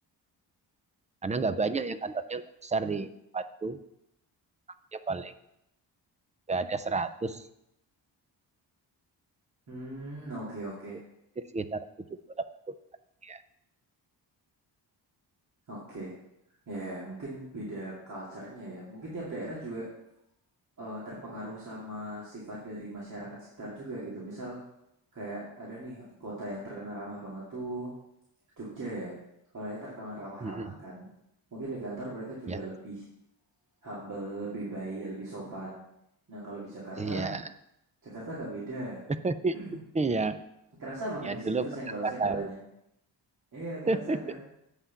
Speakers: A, on the right; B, on the right.
A: Karena nggak banyak yang kantornya nggak besar di tempatku. Ya paling nggak ada 100
B: Hmm, oke oke
A: gitu. Mungkin sekitar 70 orang ya.
B: oke. Ya, mungkin beda culture-nya ya. Mungkin tiap daerah juga eh, terpengaruh sama sifat dari masyarakat sekitar juga gitu. Misal Kayak ada nih kota yang terkenal ramah banget tuh Jogja ya. Orangnya terkenal ramah-ramah
A: Mm-mm.
B: kan. Mungkin di kantor mereka juga
A: Ya,
B: lebih humble, lebih baik, lebih sopan. Nah, kalau di Jakarta,
A: iya.
B: Jakarta agak beda.
A: <laughs>
B: <clears throat>
A: Iya,
B: Kerasa banget
A: ya
B: di
A: dulu
B: sini tuh
A: pernah
B: senggol-senggolannya.
A: ngerasain.
B: Iya, kerasa
A: <laughs>
B: kan.